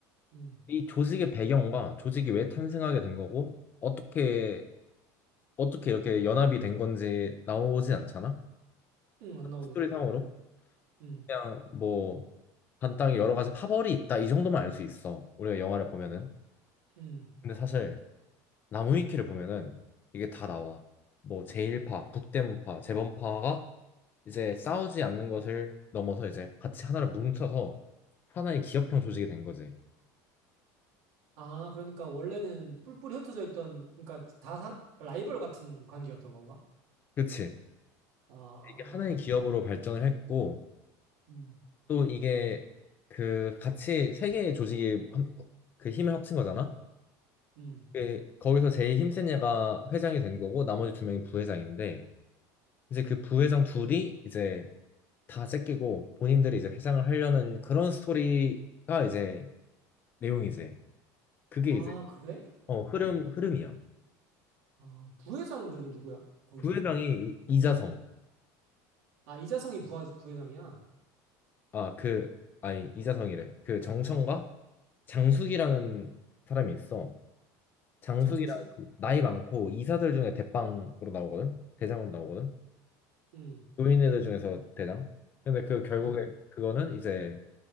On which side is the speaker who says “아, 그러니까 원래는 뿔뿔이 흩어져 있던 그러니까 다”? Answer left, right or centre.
Right